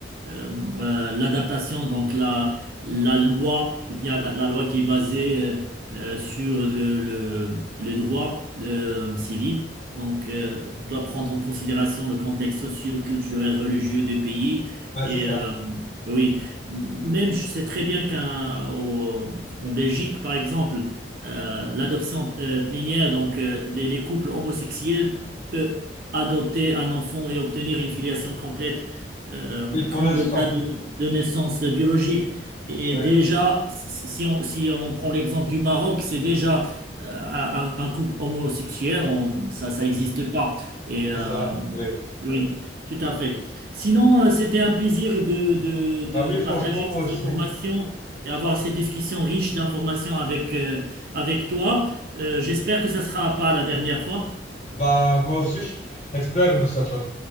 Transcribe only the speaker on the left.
Ouais,
c'est ça.
Oui, pour
l'instant.
Ouais,
c'est ça. Oui.
Bah
oui,
franchement, moi
aussi.
Bah moi aussi, j'espère, Moustapha.